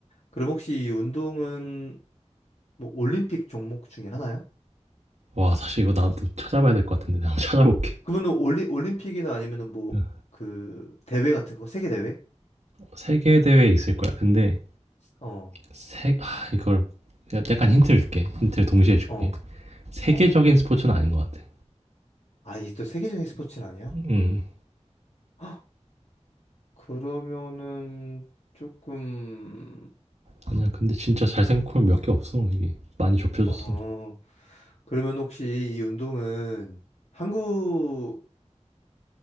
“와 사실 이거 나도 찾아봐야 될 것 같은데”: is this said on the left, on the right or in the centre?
Right